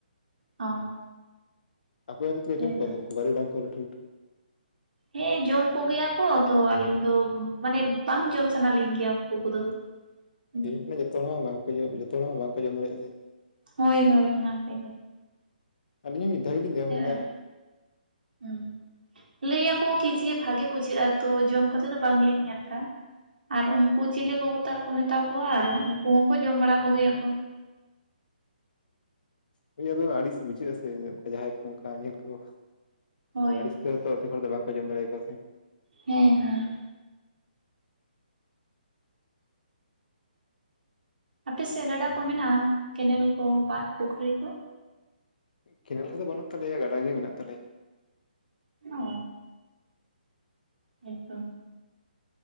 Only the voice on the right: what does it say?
ᱚ
ᱦᱮᱸᱛᱚ
ᱦᱮᱸ ᱡᱚᱢ ᱠᱚ ᱜᱮᱭᱟ ᱠᱚ ᱛᱚ ᱟᱹᱞᱤᱧ ᱫᱚ ᱢᱟᱱᱮ ᱵᱟᱝ ᱡᱚᱢ ᱥᱟᱱᱟ ᱞᱤᱧ ᱜᱮᱭᱟ ᱩᱱᱠᱩ ᱠᱚᱫᱚ ᱾ <inaudible>
ᱦᱳᱭ ᱦᱳᱭ ᱚᱱᱟ ᱛᱮᱜᱮ ᱾
ᱟᱹᱰᱤ
ᱦᱩᱸ ᱞᱟᱹᱭ ᱟᱠᱚ ᱠᱤ ᱡᱤ ᱵᱷᱟᱜᱮ ᱵᱩᱡᱷᱟᱹᱜᱼᱟ ᱛᱚ ᱡᱚᱢ ᱠᱟᱛᱮ ᱱᱤᱛᱚᱜ ᱫᱚ ᱵᱟᱝ ᱞᱤᱧ ᱧᱮᱞ ᱟᱠᱟᱜ ᱟᱨ ᱩᱱᱠᱩ ᱪᱤᱞᱤ ᱠᱚ ᱛᱟᱨᱠᱚ ᱢᱮᱛᱟ ᱠᱚᱣᱟ ᱟᱨ ᱩᱱᱠᱩ ᱦᱚᱸᱠᱚ ᱡᱚᱢ ᱵᱟᱲᱟ ᱠᱚᱜᱮᱭᱟ ᱠᱚ ᱾
ᱦᱳᱭ
ᱦᱳᱭ
ᱦᱮᱸ ᱦᱮᱸ ᱾ ᱟᱯᱮᱥᱮᱫ ᱜᱟᱰᱟ ᱠᱚ ᱢᱮᱱᱟᱜᱼᱟ ᱠᱮᱱᱮᱞ ᱠᱚ ᱵᱟᱸᱫ ᱯᱩᱠᱷᱨᱤ ᱠᱚ?
ᱚᱻ ᱦᱮᱸ ᱛᱚ ᱾